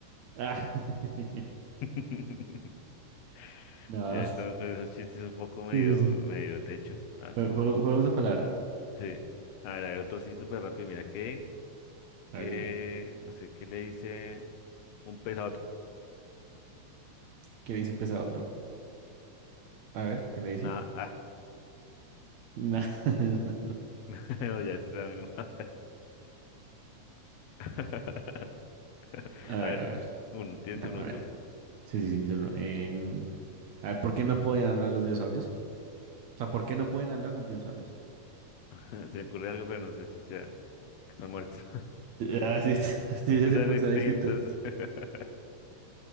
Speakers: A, on the right (about 70°); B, on the left (about 70°).
A: Ah, <laughs>
B: <laughs>
A: no.
B: Ya estamos con esos chistes un poco medio,
A: Sí, sí, sí.
B: medio techos. Ah,
A: Jue- Juegos, juegos de palabras.
B: sí. A ver, a ver, otro sí súper rápido. Mira, que,
A: A
B: que,
A: ver, dime.
B: no sé, ¿qué le dice un pez a otro?
A: ¿Qué le dice un pez a otro? A ver, ¿qué le dice?
B: Nada.
A: No, <laughs> no, no.
B: <laughs> No, ya está muy mal. <laughs>
A: A
B: A
A: ver,
B: ver,
A: a ver.
B: uno, tírate
A: No,
B: uno
A: a ver.
B: tú.
A: Sí, sí, sí, mi turno. Em, a ver, ¿por qué no podían hablar los dinosaurios? O sea, ¿por qué no pueden hablar los dinosaurios?
B: <laughs> Se me ocurre algo, pero no sé si sea que están muertos.
A: Ah, sí, <laughs> sí,
B: <laughs>
A: sí,
B: Están
A: sí, porque
B: extintos.
A: están distintos.
B: <laughs>